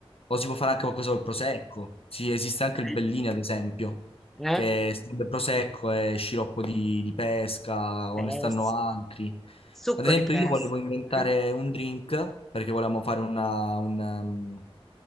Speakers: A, on the left; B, in the centre.
A: o si può fare anche qualcosa col prosecco. Sì, esiste anche
B: Ah,
A: il Bellini, ad esempio,
B: eh, eh,
A: che sarebbe prosecco e sciroppo di, di pesca o
B: pes-
A: ne stanno altri.
B: succo
A: Ad esempio,
B: di pes.
A: io volevo inventare
B: eh.
A: un drink perché volevamo fare una- un, um,